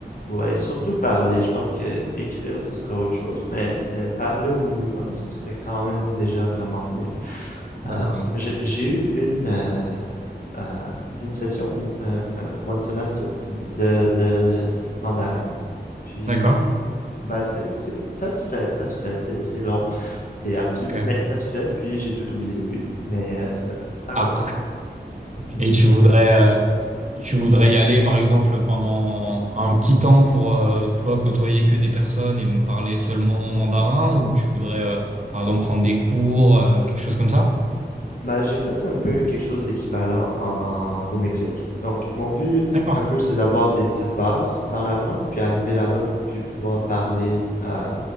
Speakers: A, on the left; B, on the right.
A: ouais, surtout parler. Je pense que écrire, ce serait autre chose. Mais, mais parler au minimum, ce serait quand même déjà vraiment bien.
B: D'accord.
A: Euh, j'ai j'ai eu une euh, euh, une session, une, un- un one semester de, de mandarin. Puis,
B: D'accord.
A: ben, c'était, c'est- ça se fait, ça se fait. C'est, c'est long et ardu,
B: Ok.
A: mais ça se fait. Puis, j'ai tout oublié depuis. Mais euh, c'est ça, à reprendre.
B: Ah,
A: Mhm.
B: et tu voudrais, euh, tu voudrais y aller, par exemple, pendant un petit temps pour, euh, tu vois, côtoyer que des personnes et donc parler seulement mandarin ou tu voudrais, euh, par exemple, prendre des cours, euh, quelque chose comme ça?
A: Bah, j'ai fait un peu quelque chose d'équivalent en... au Mexique. Donc, mon but,
B: D'accord.
A: un peu, c'est d'avoir des petites bases dans la langue, puis arriver là-bas, puis pouvoir parler à,